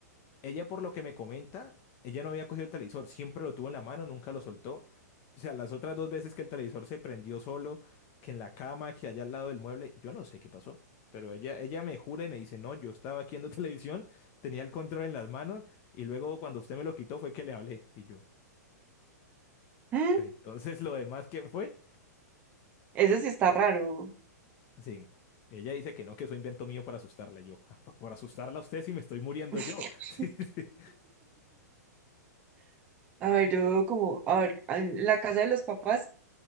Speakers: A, on the left; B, on the right.
A: Ella, por lo que me comenta, ella no había cogido el televisor, siempre lo tuvo en la mano, nunca lo soltó. O sea, las otras dos veces que el televisor se prendió solo, que en la cama, que allá al lado del mueble, yo no sé qué pasó. Pero ella, ella me jura y me dice, no, yo estaba aquí viendo <laughs> televisión, tenía el control en las manos y luego cuando usted me lo quitó fue que le hablé. Y yo,
B: ¿Mm?
A: "Pues, entonces lo demás, ¿qué fue?
B: Eso sí está raro.
A: Sí. Ella dice que no, que eso invento mío para asustarla. Y yo, "Ah, pa- por asustarla a usted si me estoy muriendo
B: <laughs>
A: yo. <laughs> Sí, sí.
B: A ver, yo como, a ver, en la casa de los papás,